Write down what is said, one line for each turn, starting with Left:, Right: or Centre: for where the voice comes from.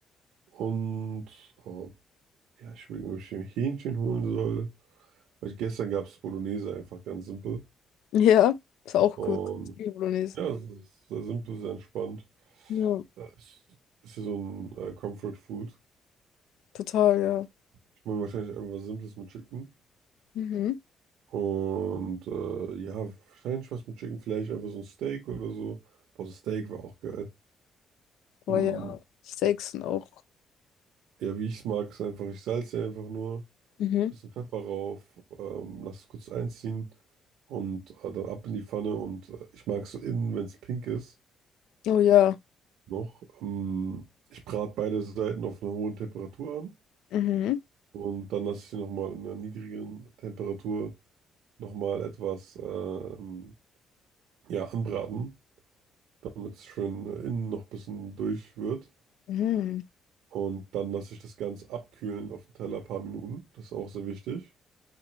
Right: Und äh, Ja, ich überlege, ob ich mir Hähnchen holen soll. Weil gestern gab es Bolognese einfach ganz simpel.
Left: Ja, ist auch
Right: Und
Left: gut. Zwiebelbolognese.
Right: ja, es ist sehr simpel, sehr entspannt.
Left: Ja.
Right: Äh, Es ist hier so ein äh, Comfort Food.
Left: Total, ja.
Right: Ich mache wahrscheinlich einfach was Simples mit Chicken.
Left: Mhm.
Right: Und äh, ja, wahrscheinlich was mit Chicken, vielleicht einfach so ein Steak oder so. Boah, so ein Steak war auch geil.
Left: Aber
Right: Mm,
Left: ja, Steaks sind auch.
Right: ja, wie ich es mag, ist einfach, ich salze einfach nur.
Left: Mhm.
Right: bisschen Pfeffer rauf, ähm, lass es kurz einziehen und äh, dann ab in die Pfanne. Und äh, ich mag es so innen, wenn es pink ist,
Left: Oh ja.
Right: noch. Ähm, ich brate beide Seiten auf einer hohen Temperatur an
Left: Mhm.
Right: und dann lasse ich sie nochmal in einer niedrigeren Temperatur nochmal etwas ähm, ja, anbraten, damit es schön äh, innen noch ein bisschen durch wird.
Left: Mhm.
Right: Und dann lasse ich das Ganze abkühlen auf dem Teller ein paar Minuten. Das ist auch sehr wichtig.